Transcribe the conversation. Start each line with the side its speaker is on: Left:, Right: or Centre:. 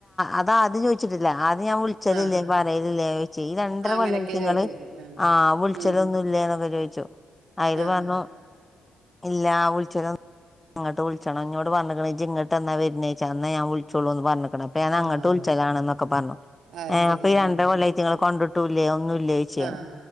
Left: അതാദ്യം ചോദിച്ചിട്ടില്ല ആദ്യം ഞാൻ വിളി വിളിച്ചല്ലില്ലേ
Right: ആഹ്
Left: പറയലല്ലേ ഈ രണ്ടര
Right: ആഹ് അങ്ങനെയൊക്കെയാ
Left: കൊല്ലായിറ്റ്ങ്ങള്.
Right: ചോദിച്ചത്
Left: ആഹ് വിളിച്ചലൊന്നും
Right: ഉം
Left: ഇല്ലേന്നൊക്കെ ചോദിച്ചു. അയില്
Right: ആഹ്
Left: പറഞ്ഞു ഇല്ല ആ വിളിചലൊന്നും ഇങ്ങോട്ട് വിളിച്ചണം ഇങ്ങോട് പറഞ്ഞ ഇജ്ജ് ഇങ്ങട്ടന്നെ വരുന്നേച്ചാ അന്നേ ഞാ വിളിച്ചോള്ളൂ. പറഞക്ക്ണ് ഇപ്പോ ഞാൻ
Right: ആഹ്
Left: അങ്ങട്ട് വിളിച്ചലാണ് ന്നൊക്കെപറഞ്ഞു.
Right: അത്
Left: ഏ
Right: ശരി
Left: അപ്പൊ ഈ രണ്ടര
Right: ഉം
Left: കൊല്ലായിട്ട് കുട്ടിയാളെ കണ്ടിട്ടു ല്ലേ ഒന്നും ഇല്ലേ ചോയ്ച്ചു
Right: ആഹ്